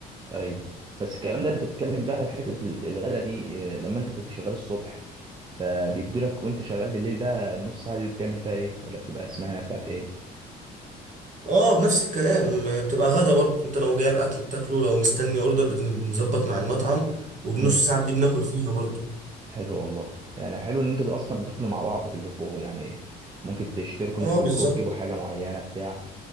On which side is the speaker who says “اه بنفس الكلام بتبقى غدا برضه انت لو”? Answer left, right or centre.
Right